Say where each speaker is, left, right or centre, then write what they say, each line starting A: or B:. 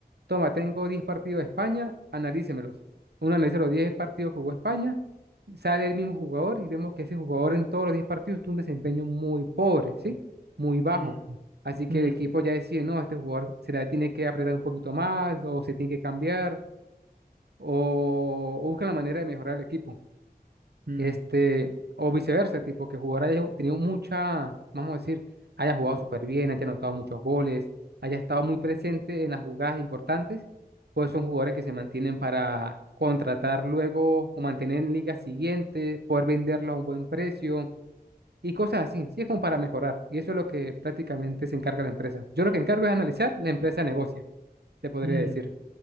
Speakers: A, on the right (about 85°); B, on the right (about 60°).
A: toma, tengo 10 partidos de España, analícemelos. Uno analiza los 10 partidos que jugó España, sale el mismo jugador y vemos que ese jugador en todos los 10 partidos tuvo un desempeño muy pobre, ¿sí? Muy bajo.
B: Mm,
A: Así que
B: mm,
A: el equipo ya decide, no, este jugador se la tiene que apretar un poquito más o se tiene que cambiar o, o busca la manera de mejorar el equipo.
B: mm,
A: Este, o viceversa, tipo que el jugador haya tenido mucha, vamos a decir, haya jugado súper bien, haya anotado muchos goles, haya estado muy presente en las jugadas importantes, pues son jugadores que se mantienen para contratar luego o mantener en ligas siguientes, poder venderlo a un buen precio y cosas así. Sí, es como para mejorar. Y eso es lo que prácticamente se encarga la empresa. Yo lo que encargo es analizar la empresa negocia, se podría
B: mm,
A: decir.